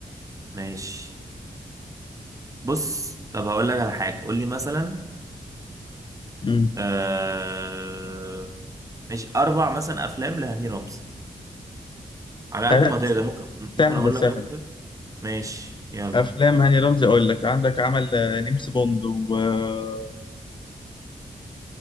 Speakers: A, on the right; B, on the left.
A: ماشي بص طب هقول لك على حاجة قول لي مثلا
B: مم.
A: آه... ماشي أربع مثلا أفلام لهاني رمزي على
B: لا
A: قد
B: لا،
A: ما تقدر ممكن ممكن
B: سهله
A: أقول
B: سهله
A: لك أكتر ماشي يلا
B: افلام هاني رمزي اقول لك عندك عمل آه، نمس بوند واسد